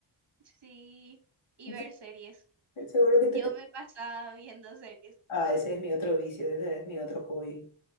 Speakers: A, on the right; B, on the left.
A: Sí, y
B: <laughs> Entonces,
A: ver series.
B: Seguro que te...
A: Yo
B: pe-
A: me pasaba viendo series.
B: Ah, ese es mi otro vicio, ese es mi otro hobby.